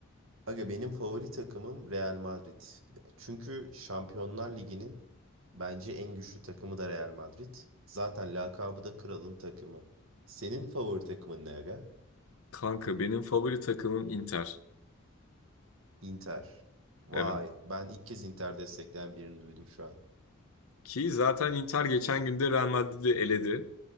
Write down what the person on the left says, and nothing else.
Kanka benim favori takımım Inter.
Evet.
Ki zaten Inter geçen günde Real Madrid'i eledi.